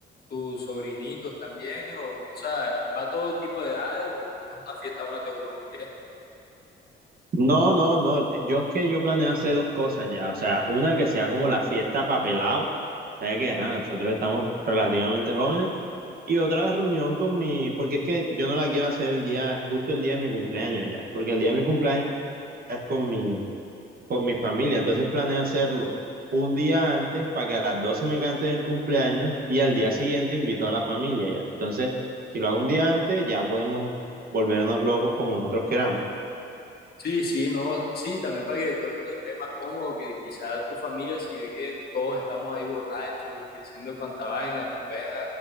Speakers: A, on the left (about 50°); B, on the right (about 50°).
A: tus sobrinitos también, o, o sea, va todo tipo de edades, o, o es una fiesta más de jóvenes. ¿Qué?
B: No, no, no. Yo es que yo planeo hacer dos cosas ya. O sea, una que sea como la fiesta papelado. Sabes qué? ajá, nosotros estamos relativamente jóvenes. Y otra reunión con mi, porque es que yo no la quiero hacer el día, justo el día de mi cumpleaños ya. Porque el día de mi cumpleaños es con mi, con mi familia. Entonces planeo hacerlo un día antes para que a las 12 me canten el cumpleaños y al día siguiente invito a la familia ya. Entonces, si lo hago un día antes, ya podemos volvernos locos como nosotros queramos.
A: Sí, sí, no, sí, también para que todo el mundo esté más cómodo, que quizá tu familia, si ve que todos estamos ahí borrachos y haciendo cuanta vaina, después vayan